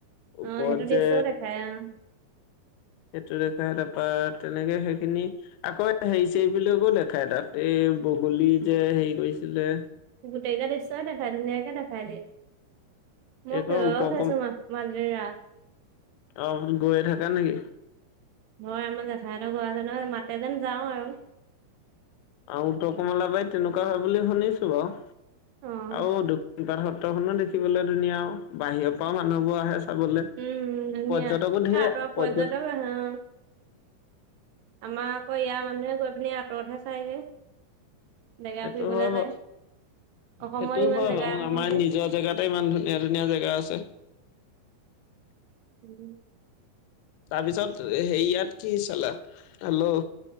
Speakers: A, on the right (about 80°); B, on the left (about 90°).
A: অ',
B: উপৰত
A: সেইটো দৃশ্যও
B: যে
A: দেখাই অ',
B: সেইটো দেখা তাৰপাত তেনেকে সেইখিনি আকৌ হেৰি চৰিব বুলিকো দেখাই তাত এই বগলী যে হেৰি কৰিছে আছিলে
A: গোটেইটা দৃশ্যয় দেখাই। ধুনীয়াকৈ দেখাই দিয়ে। ম
B: এইখন
A: কেল ব
B: উত্তৰ
A: লগও খাইছো
B: কম
A: মাজৰিৰা <unintelligible>
B: অ গৈয়ে থাকা নেকি
A: হয় আমাৰ জেঠায়তৰ ঘৰ আছে নহয়, মাতে যেন যাওঁ আৰু।
B: আহ উত্তৰ কমলা বাই তেনেকুৱা হয় বুলি শুনিছো বাৰু।
A: অ',
B: আৰু সপাত সত্ৰখননো দেখিবলৈ ধুনীয়া আৰু বাহিৰৰ পৰাও মানুহবোৰ আহে। চাবলৈ
A: উম, ধুনীয়া।
B: পৰ্যটকো ধেৰ,
A: আঁতৰৰ পৰ্যটক
B: পৰ্যট
A: আহে অ'। আমাৰ আকৌ ইয়াৰ মানুহে গৈ পিনি আঁতৰতহে চাইগ যেগা
B: সেইটো
A: ফুৰিবলৈ
B: হয় বাৰু
A: যায় অসমত
B: সেইটো
A: ইমান
B: হয়
A: জেগা
B: বাৰু
A: থাকোতে
B: আমাৰ নিজৰ জেগাতে ইমান ধুনীয়া ধুনীয়া জেগা আছে
A: উম
B: তাৰপিছত হে ইয়াত কি চালা হল'